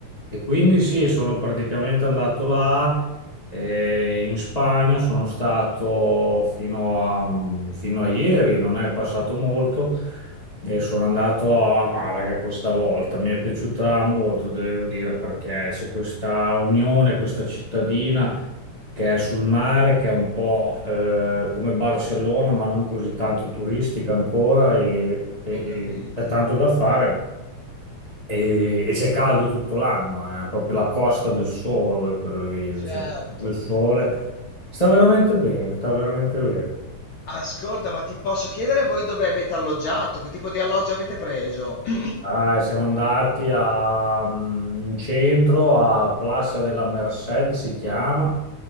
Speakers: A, on the left; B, on the left.
A: E quindi sì, sono praticamente andato là, eh, in Spagna, sono stato fino a, fino a ieri, non è passato molto, e sono andato a Malaga questa volta. Mi è piaciuta molto, devo dire, perché c'è questa unione, questa cittadina che è sul mare, che è un po' eh, come Barcellona, ma non così tanto turistica ancora e e-
B: Ho
A: e
B: capito.
A: c'è tanto da fare. E, e c'è caldo tutto l'anno, eh, Proprio la costa del sole, quella lì,
B: Certo.
A: cioè, il sole. Sta veramente bene, sta veramente bene.
B: Ascolta, ma ti posso chiedere voi dove avete alloggiato? Che tipo di alloggio avete preso? <clears throat>
A: Ah, siamo andati a, mm, in centro a Plaza della Merced, si chiama,